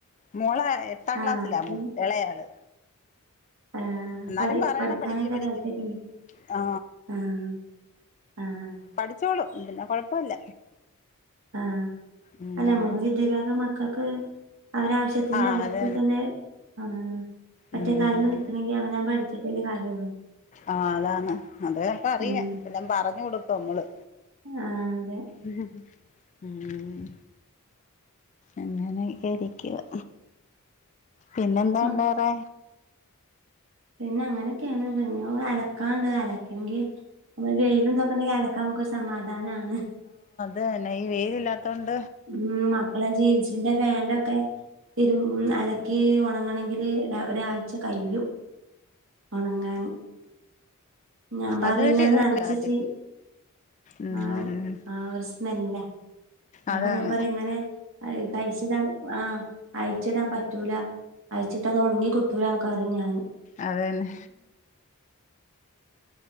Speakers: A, on the left; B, on the right.
A: മോളെ എട്ടാം ക്ലാസ്സിലാ
B: ആഹ്
A: ഇളയാള്
B: ആഹ്
A: എന്നാലും
B: പഠി
A: പറയണം
B: പഠിക്കാനൊക്കെ
A: പഠിക്ക് പഠിക്ക്
B: താല്പര്യണ്ട്
A: ആ
B: ആഹ് ആഹ്
A: പഠിച്ചോളും പിന്നെ കൊഴപ്പല്ല
B: ആ
A: ഉം
B: അല്ല നമ്മക്ക് വിദ്യാഭ്യാസം മക്കൾക്ക് അവരാവശ്യത്തിന്
A: ആഹ്
B: അവർക്ക്
A: അത്
B: തന്നെ ആ ഒറ്റക്കാലില്
A: ഉം
B: നിൽക്കണമെങ്കി അവനാ പഠിച്ചിട്ടില്ല കാര്യള്ളൂ
A: ആ അതാണ് അതെക്കെ അറിയാം
B: ഉം
A: പിന്നെ പറഞ്ഞു കൊടുക്കും മ്മള്
B: ആഹ് അതെ
A: ഉം ഉം അങ്ങനെക്കെ ഇരിക്കുവാ പിന്നെന്താണ്ടാറെ
B: മ- പിന്നെ അങ്ങനെക്കെയാണല്ലേ ഇനി ഒ അലക്കാണ്ട് അലക്കണെങ്കി നമ്മള് വെയിലും ഇതൊക്കണ്ടെങ്കിൽ അലക്കാൻ നമുക്കൊരു സമാധാനാണ്
A: അതന്നെ ഈ വെയില് ഇല്ലാത്തോണ്ട്
B: ഉം മക്കളെ ജീൻസിന്റെ പാന്റ് ഒക്കെ തിരൂൾ അലക്കി ഉണങ്ങണങ്കില് ര ഒരാഴ്ച കയ്യും ഉണങ്ങാന് ഞാൻ പറയും
A: അത് പക്ഷെ
B: ഇങ്ങനെ
A: ഇത്
B: നൻച്ചിച്ചി
A: കാര്യം ഉം
B: ആ ആ ഒരു സ്മെല്ല
A: അതാണ്
B: അപ്പൊ ഞാൻ പറയും ഇങ്ങനെ അഴ് അഴിച്ചിടാം ആഹ് അയച്ചിടാൻ പറ്റൂല അയച്ചിട്ട് അത് ഉണങ്ങി കിട്ടൂല എന്നൊക്കെ പറയും ഞാൻ
A: അതെന്നെ